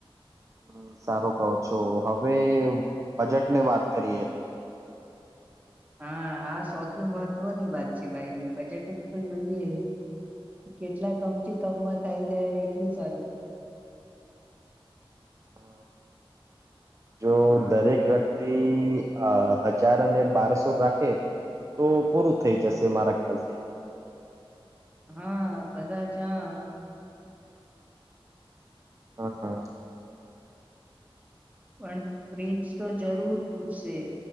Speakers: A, on the right (about 30°); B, on the right (about 15°).
A: હમ્મ, સારું કહો છો હવે બજેટની વાત કરીએ.
B: હા આ સૌથી મહત્વની વાત છે ભાઈ બજેટ તો જોઈએ કેટલા કમ થી કમમાં થાય જાય એટલું સારું.
A: અ, જો દરેક વ્યક્તિ અ હજાર અને બારસો રાખે તો પૂરું થઈ જશે મારા ખ્યાલથી.
B: હા કદાચ આ
A: હા હા.
B: પણ પ્રિન્સ તો જરૂર પૂછશે